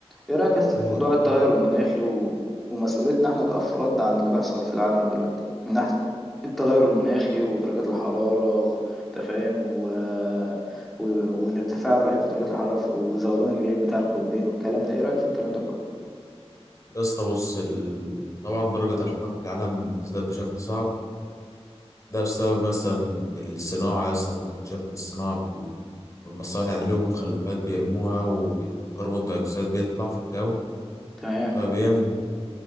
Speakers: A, in the centre; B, on the left.
A: ايه رأيك يا اسطى
B: إيه،
A: في موضوع التغير المناخي و... ومسؤوليتنا احنا كأفراد عن اللي بيحصل في العالم دلوقتي من ناحية التغير المناخي ودرجات الحرارة وتفاهم و... و... والارتفاع الرهيب في درجات الحرارة في... وذوبان الجليد بتاع القطبين والكلام ده ايه رأيك في الكلام ده كله
B: يا اسطى بص ال- طبعا درجة الحرارة في العالم بتزداد بشكل صعب ده بسبب مثلا الصناعة يا اسطى انت اكيد شايف إن الصناعة بال- والمصانع لهم مخلفات بيرموها وكربون دايوكسيد بيطلع في الجو
A: تمام
B: فبيعمل